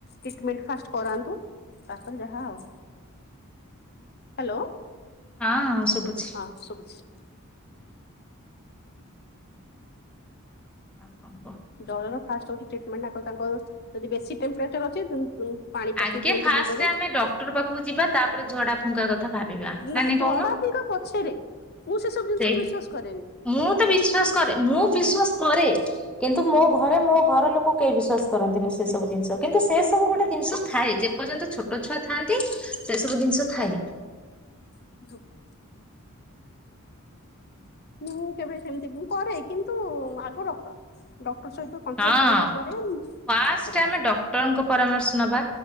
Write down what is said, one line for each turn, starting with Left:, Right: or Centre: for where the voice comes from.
Left: ଟିଟମେଣ୍ଟ ଫାଷ୍ଟ କରାନ୍ତୁ ତାପରେ ଯାହା ଆଉ। ହ୍ୟାଲୋ
Centre: ହଁ ହଁ ଶୁଭୁଛି
Left: ହଁ ଶୁଣୁଛି।
Centre: ଆଉ କନ କହ?
Left: ଜରର ଫାଷ୍ଟ ହଉଛି ଟ୍ରିଟମେଣ୍ଟ ତାଙ୍କର ଯଦି ବେଶୀ ଟେମ୍ପଚର ଅଛି ପାଣି ପଟି
Centre: ଆଗେ
Left: ଦିଅନ୍ତୁ
Centre: ଫାଷ୍ଟରେ
Left: ମୁଣ୍ଡରେ
Centre: ଆମେ ଡକ୍ଟର ପାଖକୁ ଯିବା ତାପରେ ଝଡା ଫୁଙ୍କା କଥା ଭାବିବା।
Left: ନା
Centre: ନାଇଁ
Left: ଝଡା
Centre: କହୁନ?
Left: ଫୁଙ୍କା ପଛେରେ ମୁଁ ସେ ସବୁ ଜିନିଷକୁ
Centre: ସେଇ
Left: ବିଶ୍ଵାସ କରେନି।
Centre: ମୁଁ ତ ବିଶ୍ଵାସ କରେ ମୁଁ ବିଶ୍ଵାସ କରେ କିନ୍ତୁ ମୋ
Left: ହୁଁ
Centre: ଘରେ ମୋ ଘର ଲୋକ କେହି ବିଶ୍ଵାସ କରନ୍ତିନି ସେ ସବୁ ଜିନିଷ କିନ୍ତୁ ସେ ସବୁ ଗୋଟେ ଜିନିଷ ଥାଏ ଯେପର୍ଯ୍ୟନ୍ତ ଛୋଟ ଛୁଆ ଥାଆନ୍ତି। ସେ ସବୁ ଜିନିଷ ଥାଏ।
Left: <unintelligible> ମୁଁ କେବେ ସେମିତି ମୁଁ କରେ କିନ୍ତୁ ଆଗ ଡକ୍ଟର ଡକ୍ଟର ସହିତ କନସଲ୍ଟ
Centre: ହଁ
Left: ସରିଲା ପରେ
Centre: ଫାଷ୍ଟ
Left: ତାପରେ
Centre: ଆମେ
Left: ଯାହା
Centre: ଡକ୍ଟରଙ୍କ ପରାମର୍ଶ ନବା।